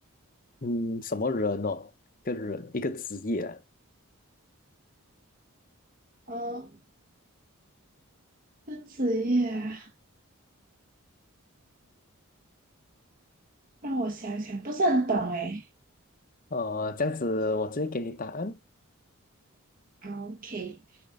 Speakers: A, on the left; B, on the right.
A: 嗯，什么人哦，一个人一个职业啊，
B: 哦，这职业啊，让我想想，不是很懂诶。
A: 哦，这样子我直接给你答案，
B: OK，